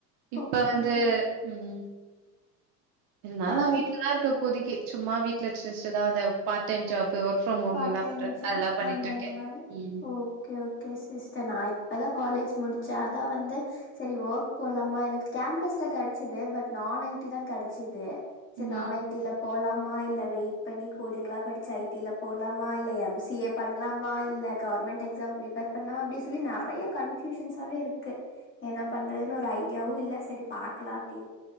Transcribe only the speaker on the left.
ஓகே
ஓகே
ஆ
பார்ட்டைம்
ஜாப்
அந்த மாரி
ஓகே ஓகே சிஸ்டர் நா இப் இப்பதான் காலேஜ் முடிச்சேன் அதான் வந்து சேரி ஒர்க் போலாமா எனக்கு கேம்பஸ்ல கிடைச்சுது பட் நான் ஐடி தான் கிடைச்சுது சரி
நான் ஐ டி ல போலாமா இல்ல வெயிட் பண்ணி கோடிங்லாம் படிச்சு ஐ டி ல போலாமா இல்ல எம் சி ஏ பண்ணலாமா இல்ல கவர்மெண்ட் எக்ஸாம் பிப்பேர் பண்ணலாமா அப்படின்னு சொல்லி நிறைய கன்ஃபயூஷன்னாவே இருக்கு என்ன பண்றதுன்னு ஒரு ஐடியாவும் இல்ல சரி பாக்கலாம் அப்படின்